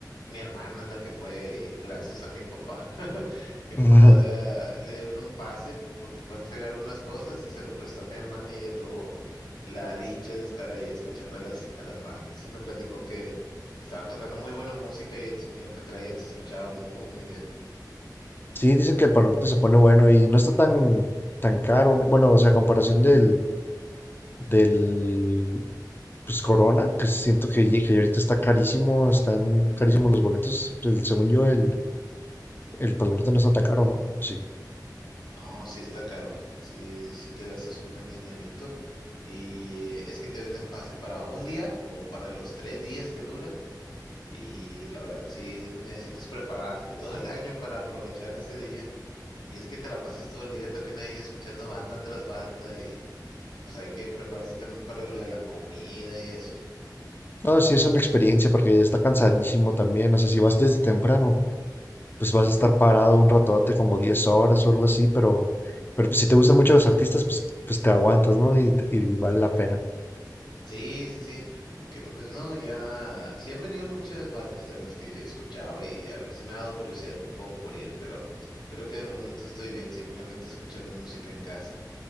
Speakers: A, on the left; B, on the left.
A: mi hermana es la que fue y gracias a mi papá, <laughs> mi
B: <laughs>
A: papá de- le dieron un pase porque fue a entregar unas cosas y se lo prestó a mi hermana y ella tuvo la dicha de estar ahí escuchando a las, a las bandas. Y me platicó que, que estaban tocando muy buena música y el sonido que traían se escuchaba muy, muy bien.
B: Sí, dice que el Pal Norte se pone bueno y no está tan, tan caro. ¿no? Bueno, o sea, a comparación del, del, pues Corona, que siento que, ye- que ahorita está carísimo, están carísimos los boletos. El- según yo, el, el Pal Norte no está tan caro, ¿no? Sí.
A: No, sí está caro, sí, sí te gastas un buen dinerito y es que te venden pase para un día o para los tres días que dura. Y la verdad, sí, necesitas prepararte <laughs> todo el año para aprovechar ese día. Y es que te la pasas todo el día también ahí escuchando banda tras banda y pues hay que prepararse también para lo de la comida y eso.
B: No, sí, es una experiencia porque está cansadísimo también. O sea, si vas desde temprano, pues vas a estar parado un ratote, como 10 horas o algo así, pero, pero pues si te gustan mucho los artistas, pues, pues te aguantas, ¿no? Y, te- y vale la pena.
A: Sí, sí, sí. Aunque pues no, ya sí han venido muchas bandas de las que escuchaba y al- sí me ha dado curiosidad como por ir, pero creo que de momento estoy bien simplemente escuchando música en casa.